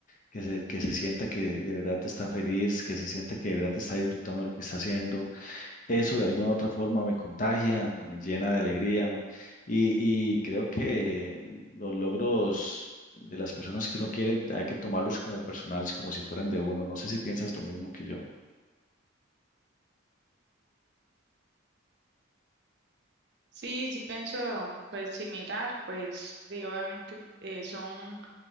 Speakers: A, on the left; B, on the right.
A: Que se, que se sienta que de verdad está feliz, que se sienta que de verdad está disfrutando lo que está haciendo eso de alguna u otra forma me contagia, me llena de alegría ma- y, y creo que los logros de las personas que uno quiere hay que tomarlos como personales, como si fueran de uno. No sé si piensas lo mismo que yo.
B: Sí, sí pienso pues similar, pues de, obviamente eh, son